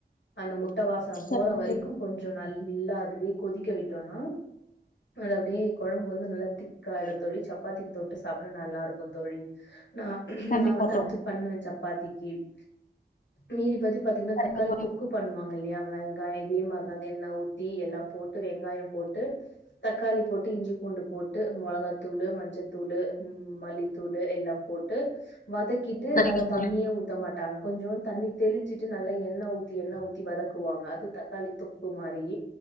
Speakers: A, on the left; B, on the left.
A: அந்த முட் முட்டவாசம்
B: சரிங்க
A: போற வரைக்கும்
B: தோழி
A: கொஞ்சம் நல்லா அதுலயே கொதிக்க விட்டோம்னா அது அப்படியே குழம்பு வந்து நல்லா திக்காாயிடும் தோழி சப்பாத்திக்கு தொட்டு சாப்பிட நல்லா இருக்கும் தோழி ந
B: கண்டிப்பா
A: நான் வந்து
B: தோழி
A: அது பண்ணுவேன் சப்பாத்தி திக் மீதிபேத்துக்கு பாத்தீங்கன்னா
B: சரிங்க
A: தக்காளி
B: தோழி
A: தொக்கு பண்ணுவாங்க இல்லையா வெங்காயம் இதே மாதிரிதான் எண்ணெய ஊத்தி எல்லாம் போட்டு வெங்காயம் போட்டு தக்காளி போட்டு இஞ்சி பூண்டு போட்டு மிளகத்தூளு மஞ்சத்தூளு மல்லித்தூள் எல்லாம் போட்டு வதக்கிட்டு
B: சரிங்க
A: அதுல
B: தோழி
A: தண்ணியே ஊத்த மாட்டாங்க கொஞ்சோம் தண்ணி தெளிச்சிட்டு நல்லாஎன்ன ஊத்தி என்ன ஊத்தி வதக்குவாங்க அது தக்காளி தொக்கு மாரி